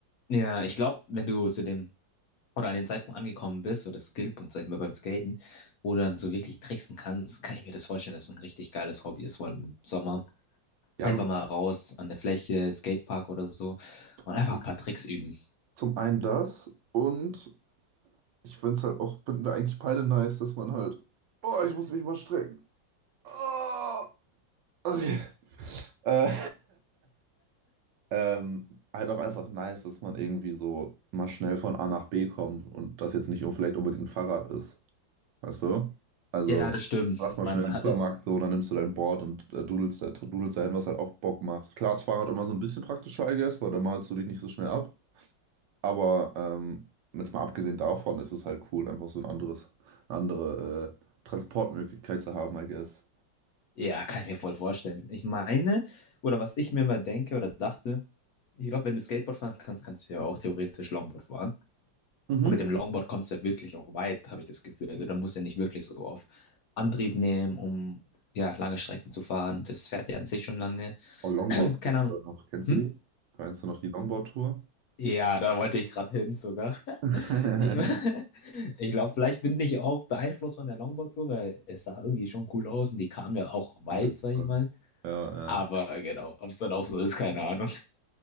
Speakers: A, on the left; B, on the right.
A: Ja, ich glaube, wenn du zu dem oder an den Zeitpunkt angekommen bist, oder Skillpunkt, sag ich mal, beim Skaten, wo du dann so wirklich tricksen kannst, kann ich mir das vorstellen, dass es ein richtig geiles Hobby ist, vor allem im Sommer.
B: Ja,
A: Einfach mal raus an der Fläche, Skatepark oder so und einfach
B: zum,
A: ein paar Tricks üben.
B: zum einen das und. Ich finde es halt auch, finden wir eigentlich beide nice, dass man halt, oh, ich muss mich mal strecken. Ah, okay. Äh, <laughs> ähm, halt auch einfach nice, dass man irgendwie so mal schnell von A nach B kommt und das jetzt nicht vielleicht unbedingt ein Fahrrad ist. Weißt du? Also,
A: Ja, das stimmt.
B: lass mal
A: Man
B: schnell in den
A: hat
B: Supermarkt
A: es,
B: so, dann nimmst du dein Board und äh, dudelst da, dudelst dahin, was halt auch Bock macht. Klar, ist Fahrrad immer so ein bisschen praktischer, I guess, weil da malst du dich nicht so schnell ab. Aber ähm, jetzt mal abgesehen davon ist es halt cool, einfach so ein anderes, eine andere äh, Transportmöglichkeit zu haben, I guess.
A: ja, kann ich mir voll vorstellen. Ich meine, oder was ich mir mal denke oder dachte, ich glaube, wenn du Skateboard fahren kannst, kannst du ja auch theoretisch Longboard fahren.
B: Mhm.
A: Und mit dem Longboard kommst du ja wirklich auch weit, habe ich das Gefühl. Also da musst du ja nicht wirklich so auf Antrieb nehmen, um ja lange Strecken zu fahren. Das fährt ja an sich schon lange.
B: Oh, Longboard
A: <clears throat> Keine Ahnung.
B: noch, kennst
A: Hm?
B: du die? Kennst du noch die Longboard-Tour?
A: Ja, da wollte ich gerade hin sogar. <laughs>
B: <laughs>
A: Ich, <laughs> ich glaube, vielleicht bin ich auch beeinflusst von der Longboard-Tour, weil es sah irgendwie schon cool aus und die kamen ja auch weit,
B: Auf jeden
A: sag ich
B: Fall.
A: mal.
B: Ja, ja.
A: Aber genau, ob es dann auch so ist, keine Ahnung.